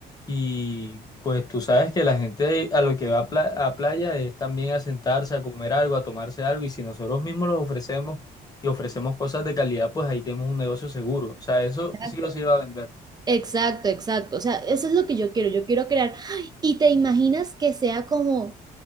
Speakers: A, on the left; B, on the right.
A: Y pues tú sabes que la gente a lo que va a, pla- a playa es también a sentarse, a comer algo, a tomarse algo. Y si nosotros mismos los ofrecemos y ofrecemos cosas de calidad, pues ahí tenemos un negocio seguro. O sea, eso
B: Exacto.
A: sí o sí va a vender.
B: Exacto, exacto. O sea, eso es lo que yo quiero. Yo quiero crear. ¡Ay! Y te imaginas que sea como